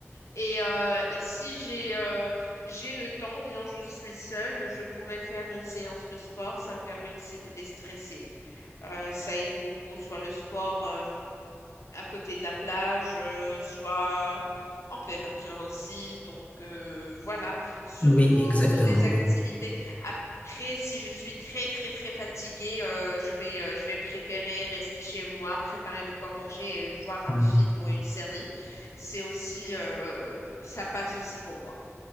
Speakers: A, on the left; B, on the left.
A: et, euh, et si j'ai euh, j'ai le temps, bien je suis seule, je pourrais faire une séance de sport. Ça me permet aussi de déstresser. Euh, ça aide beaucoup, soit le sport. euh, à côté de la plage, euh, soit en pleine nature aussi. Donc euh, voilà, surtout
B: Oui, exactement,
A: les activités.
B: oui.
A: Après, si je suis très très très fatiguée, euh, je vais, euh, je vais préférer rester chez moi, préparer de quoi manger et voir un
B: Hmm.
A: film ou une série. C'est aussi, euh, ça passe aussi pour moi.